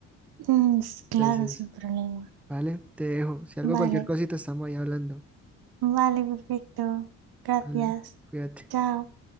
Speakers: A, on the right; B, in the centre.
A: Mm, s- claro,
B: Entonces,
A: sin problema.
B: ¿vale? Te dejo. Si algo,
A: Vale,
B: cualquier cosita, estamos ahí hablando.
A: vale, perfecto. Gracias.
B: Vale, cuídate.
A: Chao.